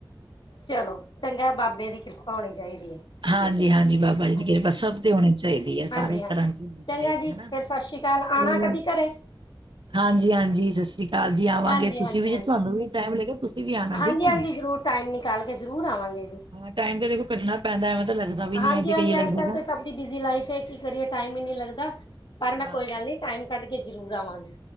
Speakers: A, on the left; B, on the right.
A: ਚਲੋ ਚੰਗਾ, ਬਾਬੇ ਦੀ ਕਿਰਪਾ ਹੋਣੀ ਚਾਹੀਦੀ ਹੈ।
B: ਹਾਂਜੀ-ਹਾਂਜੀ, ਬਾਬ
A: ਹਾਂਜੀ-ਹਾਂਜੀ,
B: ਸਭ ਤੇ ਹੋਣੀ ਚਾਹੀਦੀ ਹੈ।
A: ਹਾਂਜੀ-ਹਾਂਜੀ।
B: ਸਾਰੇ ਘਰਾਂ ਚ ਹੋਣੀ
A: ਚੰਗਾ
B: ਚਾਹੀਦੀ
A: ਜੀ
B: ਹੈ।
A: ਫੇਰ ਸਤਿ ਸ੍ਰੀ ਅਕਾਲ
B: ਚਲੋ
A: ਆਣਾ ਕਦੀ ਘਰੇ
B: ਹਾਂਜੀ-ਹਾਂਜੀ, ਸਤਿ ਸ੍ਰੀ ਅਕਾਲ ਜੀ। ਆਵਾਂਗੇ
A: ਹਾਂਜੀ-ਹਾਂਜੀ,
B: ਤੁਸੀਂ ਵੀ ਜੇ
A: ਹਾਂਜੀ।
B: ਤੁਹਾਨੂੰ ਵੀ ਟਾਈਮ ਲੱਗੇ ਤੁਸੀਂ ਵੀ ਆਣਾ
A: ਹਾਂਜੀ-ਹਾਂਜੀ,
B: ਠੀਕ ਹੈ।
A: ਜ਼ਰੂਰ ਟਾਈਮ ਨਿਕਾਲ ਕੇ ਜ਼ਰੂਰ ਆਵਾਂਗੇ ਜੀ।
B: ਹਾਂ, ਟਾਈਮ ਤਾਂ ਦੇਖੋ ਕੱਢਣਾ ਪੈਂਦਾ। ਐਵੇਂ ਤਾਂ ਲੱਗਦਾ ਵੀ
A: ਹਾਂਜੀ-ਹਾਂਜੀ,
B: ਨੀ ਹੈ ਜੇ ਕਹੀਏ
A: ਅੱਜ-ਕੱਲ੍ਹ
B: ਲੱਗ ਜੇਗਾ।
A: ਤੇ ਸਭ ਬਿਜ਼ੀ ਲਾਈਫ ਹੈ। ਕੀ ਕਰੀਏ, ਟਾਈਮ ਹੀ ਨੀ ਲੱਗਦਾ। ਪਰ, ਮੈਂ
B: ਹਾਂ,
A: ਕੋਈ ਗੱਲ ਨ ਟਾਈਮ ਕੱਢ ਕੇ ਜਰੂਰ ਆਵਾਂਗੀ।